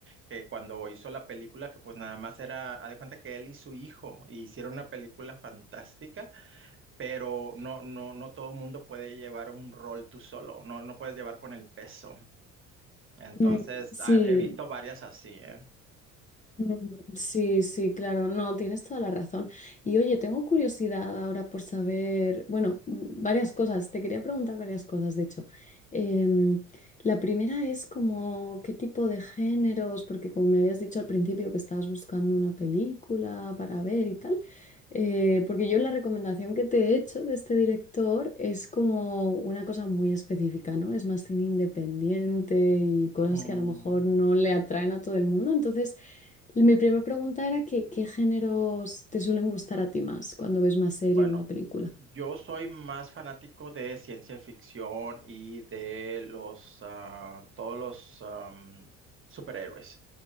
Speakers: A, on the right; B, on the left.
A: que cuando hizo la película, que pues nada más era, haz de cuenta que él y su hijo hicieron una película fantástica, pero no, no, no todo mundo puede llevar un rol tú solo, no, no puedes llevar con el peso. Entonces,
B: Mm, sí,
A: ah, he visto varias así, ¿eh?
B: Mm, Sí, sí, claro, no, tienes toda la razón. Y oye, tengo curiosidad ahora por saber, bueno, mm, varias cosas, te quería preguntar varias cosas, de hecho. Em, la primera es como qué tipo de géneros, porque como me habías dicho al principio que estabas buscando una película para ver y tal, eh, porque yo la recomendación que te he hecho de este director es como una cosa muy específica, ¿no? Es más cine independiente y cosas
A: Mm,
B: que a lo mejor no le atraen a todo el mundo, entonces... Mi primera pregunta era que, ¿qué géneros te suelen gustar a ti más cuando ves una serie
A: Bueno.
B: o una película?
A: Yo soy más fanático de ciencia ficción y de los ah, todos los am, superhéroes.